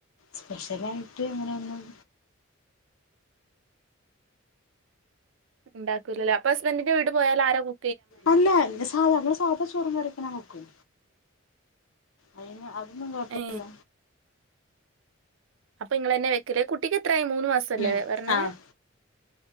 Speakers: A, on the left; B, on the right.
A: സ്പെഷ്യലായിട്ട് അങ്ങയൊന്നും
B: ഉണ്ടാക്കൂല്ല അപ്പ ഹസ്ബൻറിന്റെ വീട്ടി പോയാൽ ആരാ കു
A: അല്ലാ സാധാ ഞങ്ങള് സാദാ ചോറും കറീം ഞാൻ വെക്കും അയിന് ആ അതൊന്നും കുഴപ്പവില്ല
B: ഏ അപ്പൊ ഇങ്ങള് തന്നെ വെക്കല് കുട്ടിക്കെത്രായി മൂന്ന് മാസല്ലേ
A: ഉം
B: പറഞ്ഞേ.
A: ആഹ്